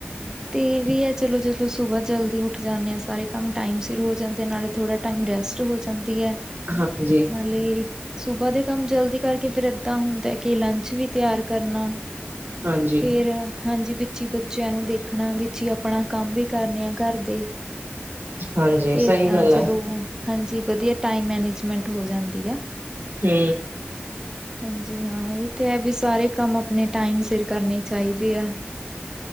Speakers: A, on the right; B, on the right.
A: ਤੇ ਇਹ ਵੀ ਐ, ਚਲੋ ਜਦੋਂ ਸੁਬਾਹ ਜਲਦੀ ਉੱਠ ਜਾਂਨੇ ਆਂ, ਸਾਰੇ ਕੰਮ ਟਾਈਮ ਸਿਰ ਹੋ ਜਾਂਦੇ ਨਾਲੇ ਥੋੜਾ ਟਾਈਮ ਰੈਸਟ ਹੋ ਜਾਂਦੀ ਐ।
B: ਹਾਂਜੀ।
A: ਨਾਲੇ ਸੁਬਾਹ ਦੇ ਕੰਮ ਜਲਦੀ ਕਰਕੇ ਫਿਰ ਏਦਾਂ ਹੁੰਦਾ ਕਿ, ਲੰਚ ਵੀ ਤਿਆਰ ਕਰਨਾ।
B: ਹਾਂਜੀ
A: ਫਿਰ, ਹਾਂਜੀ ਵਿੱਚ ਹੀ ਬੱਚਿਆਂ ਨੂੰ ਦੇਖ ਆਖਣਾ, ਵਿੱਚ ਈ ਆਪਣਾ ਕੰਮ ਵੀ ਕਰਨੇ ਆ ਘਰ ਦੇ।
B: ਹਾਂਜੀ
A: ਤੇ
B: ਸਹੀ
A: ਏਦਾਂ
B: ਗੱਲ
A: ਚਲੋ,
B: ਹੈ
A: ਹਾਂਜੀ, ਵਧੀਆ ਟਾਈਮ ਮੈਨੇਜਮੈਂਟ ਹੋ ਜਾਂਦੀ ਆ।
B: ਹੂੰ।
A: <inaudible> ਹਾਂਜੀ ਹਾਂ ਇਹ ਤੇ ਹੈ, ਵੀ ਸਾਰੇ ਕੰਮ ਆਪਣੇ ਟਾਈਮ ਸਿਰ ਕਰਨੇ ਚਾਹੀਦੇ ਆ।